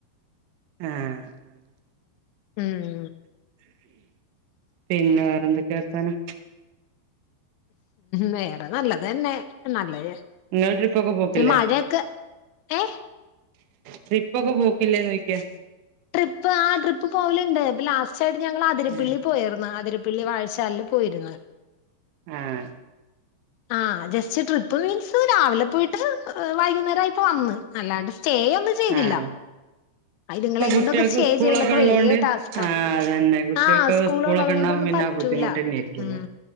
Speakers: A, on the right (about 80°); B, on the left (about 85°).
A: ആഹ് ആഹ്
B: ഉം
A: പിന്നെ വേറെന്തൊക്കെയാ വർത്താനം
B: വേറെ നല്ലത് തന്നെ നല്ലത്
A: ഇങ്ങള് ട്രിപ്പൊക്കെ പോക്കില്ലേ
B: മഴയൊക്കെ ഏ
A: ട്രിപ്പൊക്കെ പോക്കില്ലേന്ന് ചോയ്ക്ക
B: ട്രിപ്പ് ആഹ് ട്രിപ്പ് പോവലുണ്ട് ഇപ്പൊ ലാസ്റ്റ ആയിട്ട് ഞങ്ങൾ ആതിരപ്പള്ളി
A: ആഹ്
B: പോയരുന്നു ആതിര പള്ളി വാഴ്ചാലിൽ പോയിരുന്നു
A: ആഹ്
B: ആഹ് ജസ്റ്റ് ട്രിപ്പ് മീൻസ് രാവിലെ പോയിട്ട് ഏഹ് വൈകുന്നേരം ആയപ്പൊ വന്ന് അല്ലാണ്ട് സ്റ്റേ ഒന്നും ചെയ്തില്ല
A: ആഹ്
B: ഇത്ങ്ങളെക്കൊണ്ടൊക്കെ
A: ഇപ്പൊ കുട്ടികൾക്ക്
B: സ്റ്റേ
A: സ്കൂളൊക്കെ
B: ചെയ്യലൊക്കെ
A: ഉള്ളോണ്ട്
B: വലിയ ടാസ്ക
A: ആ അതന്നെ കുട്ടികൾക്ക്
B: ആഹ് സ്കൂളുള്ളത്
A: സ്കൂളൊക്കെ ഉണ്ടാവും
B: കൊണ്ടൊന്നും
A: പിന്നെ
B: പറ്റ
A: ബുദ്ധിമുട്ട്
B: റ്റൂല
A: തന്നെ ആയിരിക്കല്ലോ
B: ഉം